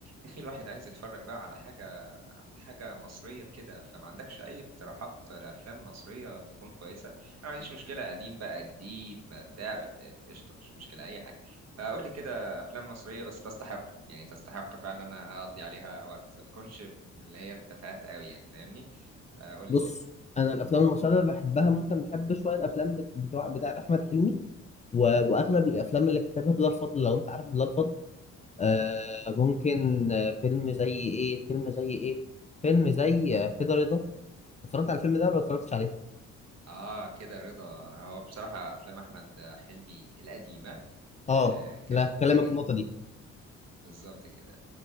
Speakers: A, on the right (about 60°); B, on the left (about 25°).
A: أخي الواحد عايز يتفرج بقى على حاجة حاجة مصرية كده فما عندكش أي اقتراحات لأفلام مصرية تكون كويسة أنا ما عنديش مشكلة قديم بقى جديد ما بتاع قشطة مش مشكلة أي حاجة فقول لي كده أفلام مصرية بس تستحق يعني تستحق فعلا إن أنا أقضي عليها وقت ما تكونش من اللي هي التفاهات قوي يعني فاهمني فقول لي
B: بص
A: كده
B: انا الافلام المصريه اللي بحبها ممكن بحب شويه الافلام بت- بتوع بتاعه احمد حلمي و... واغلب الافلام اللي كتبها بلال فضل لو انت عارف بلال فضل آه ممكن آه فيلم زي ايه فيلم زي ايه فيلم زي آه كده رضا اتفرجت على الفيلم ده ولا اتفرجتش عليه
A: آه كده رضا هو بصراحة أفلام أحمد حلمي القديمة آه،
B: اه
A: كانت
B: لا هكلمك
A: جميلة جدا
B: في النقطه دي
A: بالظبط كده